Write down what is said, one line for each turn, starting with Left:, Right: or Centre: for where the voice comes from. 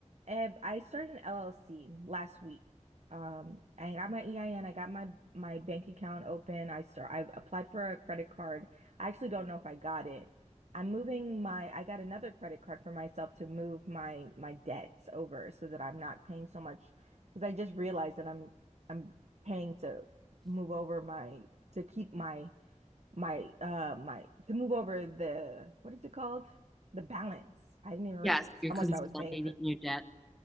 Right: am, I started an LLC last week. Um, I got my EIN, I N, I got my my bank account open. I start I applied for a credit card. I actually don't know if I got it. I'm moving my I got another credit card for myself to move my my debts over so that I'm not paying so much because I just realized that I'm I'm paying to move over my to keep my my uh my to move over the what is it called? The balance. I didn't even <laughs> realize
Centre: Yes, you're
Right: how much
Centre: consolidating
Right: I was paying for.
Centre: your debt.